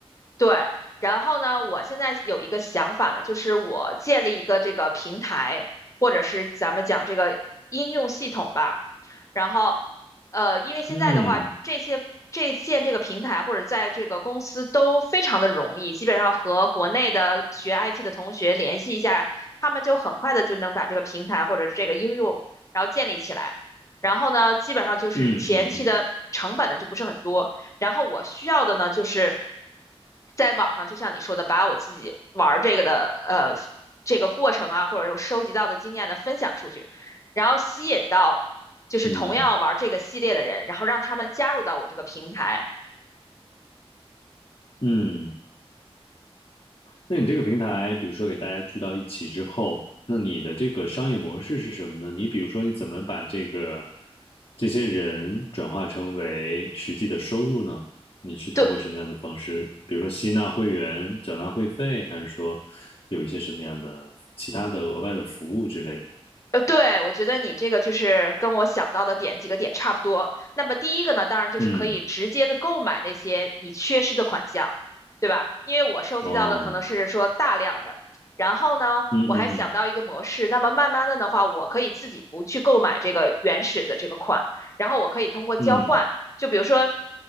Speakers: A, on the left; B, on the left.
A: 对，然后呢，我现在有一个想法呢，就是我建立一个这个平台，或者是咱们讲这个应用系统吧。然后，呃，因为现在的话，
B: 嗯
A: 这些这建这个平台或者在这个公司都非常的容易，基本上和国内的学 IT 的同学联系一下，他们就很快的就能把这个平台或者这个应用然后建立起来。然后呢，基本上就是前期的成本呢就不是很多。
B: 嗯嗯嗯
A: 然后我需要的呢，就是在网上，就像你说的，把我自己玩这个的呃这个过程啊，或者说收集到的经验呢分享出去，然后吸引到就是同样玩这个系列的人，
B: 嗯
A: 然后让他们加入到我这个平台。
B: 嗯。那你这个平台，比如说给大家聚到一起之后，那你的这个商业模式是什么呢？你比如说，你怎么把这个这些人转化成为实际的收入呢？你是通过什么样的方式？
A: 对
B: 比如说吸纳会员、缴纳会费，还是说有一些什么样的其他的额外的服务之类的？
A: 呃，对，我觉得你这个就是跟我想到的点几个点差不多。那么第一个呢，当然就是可以直接的购买那些你缺失的款项，
B: 嗯，
A: 对吧？因为我收集到的可能是说大量的，
B: 哦，
A: 然后呢，
B: 嗯嗯
A: 我还想到一个模式，那么慢慢的的话，我可以自己不去购买这个原始的这个款，然后我可以通过交换，
B: 嗯
A: 就比如说